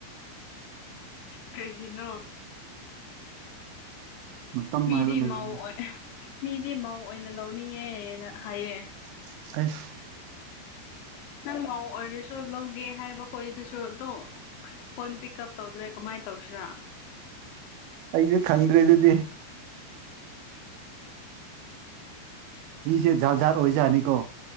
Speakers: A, on the left; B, on the right.
A: ꯀꯩꯒꯤꯅꯣ
B: ꯃꯇꯝ
A: ꯃꯤꯗꯤ
B: ꯍꯥꯏꯕ ꯂꯩꯗꯅ
A: ꯃꯧ ꯑꯣꯏ ꯃꯤꯗꯤ ꯃꯧ ꯑꯣꯏꯅ ꯂꯧꯅꯤꯡꯉꯦꯅ ꯍꯥꯏꯌꯦ
B: ꯑꯁ
A: ꯅꯪ ꯃꯧ ꯑꯣꯏꯔꯁꯨ ꯂꯧꯒꯦ ꯍꯥꯏꯕ ꯈꯣꯏꯗꯨꯁꯨ ꯇꯣ ꯐꯣꯟ ꯄꯤꯛ ꯎꯞ ꯇꯧꯗ꯭ꯔꯦ ꯀꯃꯥꯏ ꯇꯧꯁꯤꯔꯥ
B: ꯑꯩꯖꯨ ꯈꯪꯗ꯭ꯔꯦ ꯑꯗꯨꯗꯤ ꯃꯤꯖꯦ ꯖꯥꯠ ꯖꯥꯠ ꯑꯣꯏꯖꯥꯠꯅꯤꯀꯣ